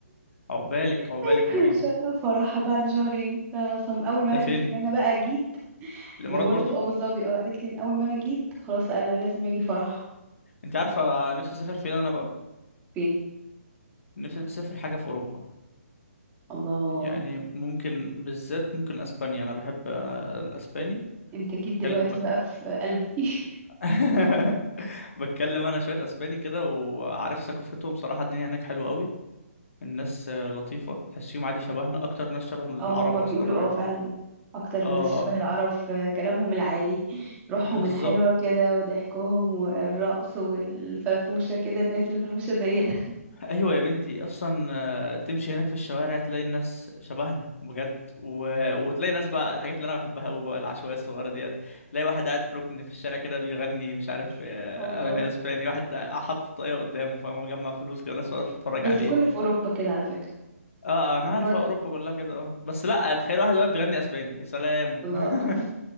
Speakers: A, on the left; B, on the right.
A: عقبالك عقبالك
B: <laughs>
A: يا مريم
B: ان شاء الله فرحها بعد شهرين فصم اول ما
A: ده
B: عرفت
A: فين
B: ان انا بقى جيت
A: في الامارات
B: ما هي برضه
A: برضو
B: في ابو ظبي اه قالت لي ان اول ما انا جيت خلاص لا انا لازم اجي فرح
A: انت عارفه نفسي اسافر فين انا بقى
B: فين
A: نفسي اسافر حاجه في اوروبا
B: الله
A: يعني ممكن بالذات ممكن اسبانيا انا بحب آه، الاسباني
B: انت جيت دلوقتي
A: بتكل- بك-
B: بقى في قلبي <laughs>
A: <laughs> بتكلم انا شويه اسباني كده وعارف ثقافتهم صراحه الدنيا هناك حلوه قوي الناس آه، لطيفة تحسيهم عادي شبهنا أكتر ناس شبه العرب
B: او ما هما بيقولوا
A: أصلا عادي
B: اه فعلا اكتر الناس
A: اه
B: شبه العرب في كلامهم العالي <laughs> روحهم
A: بالظبط
B: الحلوة كده وضحكهم والرقص والفرفوشة كده الناس الفرفوشة زينا
A: أيوة يا بنتي أصلا آه، تمشي هناك في الشوارع تلاقي الناس شبهنا بجد و... وتلاقي ناس بقى الحاجات اللي أنا بحبها أوي بقى العشوائية الصغيرة ديت تلاقي واحد قاعد في ركن في الشارع كده بيغني مش عارف آه،
B: <laughs> اه
A: أغاني أسباني واحد حاطط طاقية قدامه فاهم مجمع فلوس كده ناس واقفة تتفرج
B: بس
A: عليه
B: ده كله في اوروبا كده على فكرة
A: اه آه، أنا عارف
B: برضه
A: آه، أوروبا كلها كده اه بس لأ تخيل واحد واقف بيغني أسباني يا سلام
B: الله
A: <laughs>